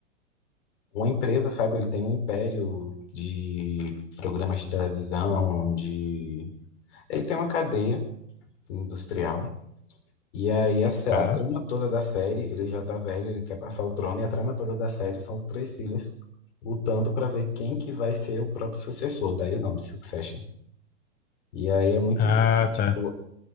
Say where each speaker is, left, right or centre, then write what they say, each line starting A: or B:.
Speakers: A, on the left (about 60°); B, on the left (about 25°).
A: uma empresa, sabe? Ele tem um império de programas de televisão, de... Ele tem uma cadeia industrial. E aí a, sé-
B: Tá.
A: a trama toda da série, ele já tá velho, ele quer passar o trono, e a trama toda da série são os três filhos lutando para ver quem que vai ser o próprio sucessor, daí o nome Succession. E aí é muito
B: Ah,
A: bom, tipo,
B: tá.